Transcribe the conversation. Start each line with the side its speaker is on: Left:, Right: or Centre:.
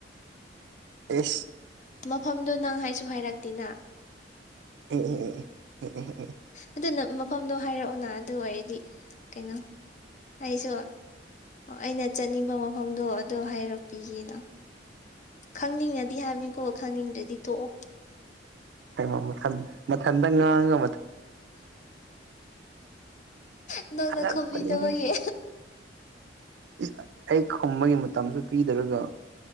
Right: ꯑ
Left: ꯃꯐꯝꯗꯨ ꯅꯪ ꯍꯥꯏꯁꯨ ꯍꯥꯏꯔꯛꯇꯦꯅ
Right: ꯎ ꯑꯣ ꯎ
Left: ꯑꯗꯨꯅ ꯃꯐꯝꯗꯣ ꯍꯥꯏꯔꯛꯑꯣꯅ ꯑꯗꯨ ꯑꯣꯏꯔꯗꯤ ꯀꯩꯅꯣ ꯍꯥꯏꯁꯨ ꯑꯣ ꯑꯩꯅ ꯆꯠꯅꯤꯡꯕ ꯃꯐꯝꯗꯣ ꯑꯗꯨ ꯍꯥꯏꯔꯛꯄꯤꯒꯦꯅ ꯈꯪꯅꯤꯡꯉꯗꯤ ꯍꯥꯏꯕꯅꯤꯀꯣ ꯈꯪꯅꯤꯡꯗ꯭ꯔꯗꯤ ꯊꯣꯛꯑꯣ
Right: ꯍꯥꯏꯃ ꯃꯊ ꯃꯊꯟꯗ ꯉꯥꯡꯉ
Left: <inaudible> ꯅꯪꯅ
Right: ꯑꯉꯛꯄꯅꯤꯍꯦ
Left: ꯈꯨꯝꯕꯤꯗꯕꯒꯤ
Right: ꯏꯁ ꯑꯩ ꯈꯝꯕꯒꯤ ꯃꯇꯝꯁꯨ ꯄꯤꯗꯔꯒ